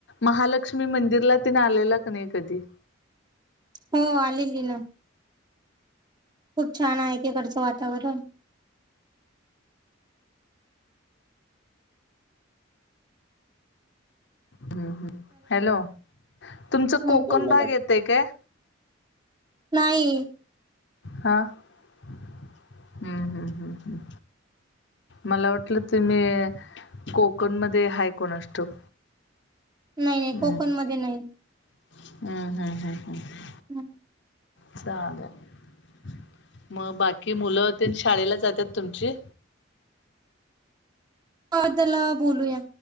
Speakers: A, on the left (about 65°); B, on the right (about 20°).
A: महालक्ष्मी मंदिरला तेन आलेला क नाही कधी
B: हो आलेली ना खूप छान आहे तिकडचं वातावरण
A: ह हम हॅलो तुमच
B: हम्म
A: कोकण भाग येतय काय
B: नाही
A: हा हम्म हम्म हम्म हम्म मला वाटलं तुम्ही कोकण मध्ये हाय कोणाश ठाऊक
B: नाही नाही
A: हम्म
B: कोकणमध्ये नाही
A: हम्म हम् हम् हम्
B: <inaudible>
A: चालेल मग बाकी मुलं तेन शाळेला जातात तुमची
B: ह त्याला बोलूया